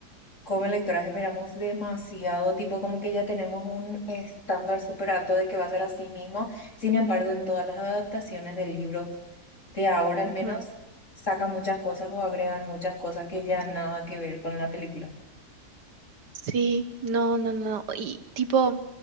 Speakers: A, on the left; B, on the right.
A: como lectoras esperamos demasiado, tipo como que ya tenemos un estándar súper alto de que va a ser así mismo. Sin embargo, en todas las adaptaciones del libro de ahora al
B: Ujú.
A: menos, sacan muchas cosas o agregan muchas cosas que ya nada que ver con la película.
B: Sí, no, no, no. Y tipo.